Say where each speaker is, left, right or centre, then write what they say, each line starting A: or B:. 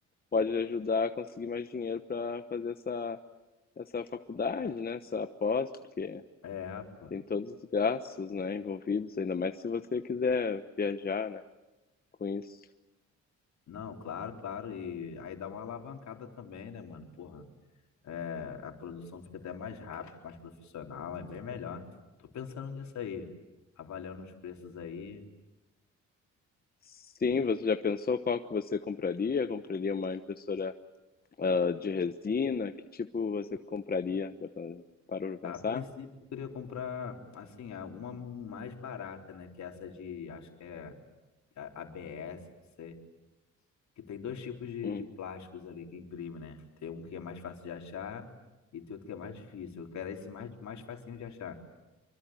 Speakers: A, on the left; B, on the left.
A: pode lhe ajudar a conseguir mais dinheiro para fazer essa, essa faculdade, né? Essa pós, porque
B: É, pô.
A: tem todos os gastos, né, envolvidos, ainda mais se você quiser viajar, né, com isso.
B: Não, claro, claro. E aí dá uma alavancada também, né, mano? Porra. É, a produção fica até mais rápida, mais profissional, é bem melhor. Tô pensando nisso aí, avaliando os preços aí.
A: Sim, você já pensou qual que você compraria? Compraria uma impressora, ah, de resina? Que tipo você compraria? Já pa- parou para
B: A
A: pensar?
B: princípio, eu queria comprar, assim, a- uma um mais barata, né? Que é essa de, acho que é a- ABS, não sei. Que tem dois tipos de,
A: Hum.
B: de plásticos ali que imprime, né? Tem um que é mais fácil de achar e tem outro que é mais difícil. Eu quero esse mais, mais facinho de achar.